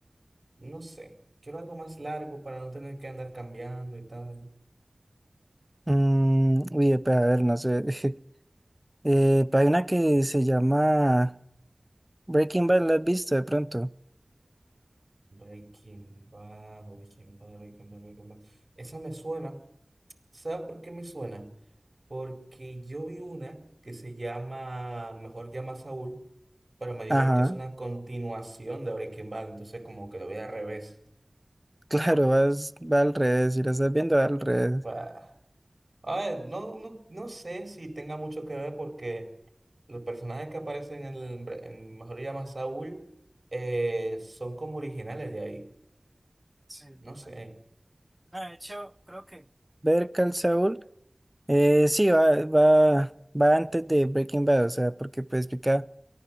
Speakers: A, on the right (about 40°); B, in the centre.
A: no sé, quiero algo más largo para no tener que andar cambiando y tal.
B: Mm, uy, eh, pues a ver, no sé. <laughs> Eh, pues hay una que se llama Breaking Bad, ¿la has visto de pronto?
A: Breaking Bad, Breaking Bad, Breaking Bad, Breaking Bad. Esa me suena, ¿Sabes por qué me suena? Porque yo vi una que se llama Mejor llama a Saúl, pero me dijeron
B: Ajá,
A: que es una continuación de Breaking Bad, entonces como que lo vi al revés.
B: <laughs> claro, vas, va al revés, si la estás viendo va al revés.
A: Bah. A ver, no, no, no sé si tenga mucho que ver porque los personajes que aparecen en, el Bre- en Mejor llama a Saúl eh, son como originales de ahí.
B: Sí, verdad.
A: No sé.
B: Ah, de hecho, creo que... Ver Call Saul, eh, sí, va, va, va antes de Breaking Bad, o sea, porque pues explica